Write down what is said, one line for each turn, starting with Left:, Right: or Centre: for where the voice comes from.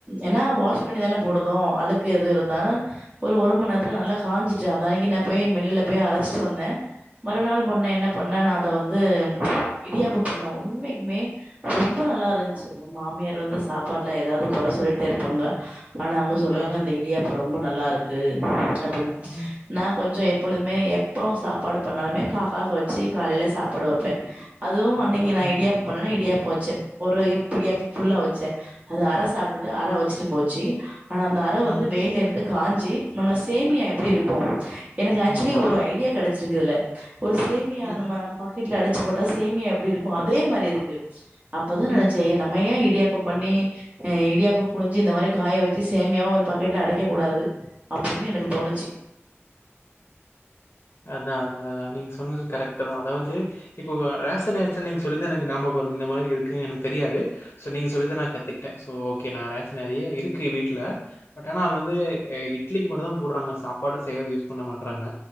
Right: ஏன்னா வாஷ் பண்ணி தான போடுதோ அலுக் கு எது இருந்தாலுஒரு ஒரு மண நேரத்தில நல்லா காஞ்சிட்டு அந்தானிக்கி நா போய் மில்லுல போய் அரைச்சி சி வந்த மறுநாள் பண்ண என்ன பண்ணா அத வந் ந்து இடியாப்பொ பண்ண உண்மைக்குமே ரொம்ப நல்லா இருந்ச்சு எங்க மாமியார் ரு வந்து சாப்பாடுலா எதாவது கொற சொல்லிட்டே இருப்பாங்க ஆனா அவங்க சொல்றாங்க
Left: ம்
Right: இந்த இடியாப்பொ ரொம் ம்ப நல்லாருக்கு அப்டின்னு
Left: ம்
Right: நா கொஞ்சொ எப்பொழுதுமே எப் பவு சாப்பாடு பண்ணாலுமே காக்காவுக் வச்சு காலயில சாப்பாடு வப்பே. அதுவு
Left: வந்துருவா.
Right: அன்னைக்கு நா
Left: ம்
Right: இடியாப்பொ பண்ணேனா இடியாப்பொ வச்சே. ஒரு இப் பிடியாப்போ ஃபுல்லா வச்சே அது அர சாப்புட்டுட்டு அர வச்சுட்டு போச்சு ஆனா அந்த அர
Left: ம்
Right: வந்து
Left: ம்
Right: வெயில்ல இருந்து காஞ்சு நம்ம சேமியா எப்டி
Left: ம்
Right: இருக்கு எனக்கு ஆக்சுலி
Left: ஆமாமா.
Right: ஒரு ஐ கெடச்சிருக்கு இதுல ஒரு சேமியா
Left: ம்
Right: நம்ம பாக் கெட்ல அடச்சு போட்டா சேமியா எப்டி இருக்கு அதே மாரி இருக்கு அப்பதா
Left: ம்ஹ்ம்,
Right: நெனச்சே நம்ம ஏ இடியாப் ப்பம் பண்ணி அ இடியாப்போ புழிஞ்சு இந்த மாரி காய வச்சு சேமியாவா ஒரு பாக்கெட்ல அடைக்க கூடாது. அப்டினு எனக்கு
Left: ம்ஹ்ம்.
Right: தோணுச்சு.
Left: அதா அதா அதா நீங்க சொன்னது கரெக்ட்தா அதாவது இப்போ ரேஷன் அரிசில நீங்க சொல்லிதா எனக்கு நாபகொ வருது நா ந்த மாரி இருக்கு எனக்கு தெரியாது சோ நீங்க சொல்லிதா நா கத்துக் ட்ட சோ ஓகே நா ரேஷன் நெறய இருக்கு வீட்ல பட் ஆனா அது வந்து இ இட் ட்லிக்கு மட்டுதா போடுறாங்க சாப்பாடு செய்யறது யூஸ் பண்ண மாட்றாங்க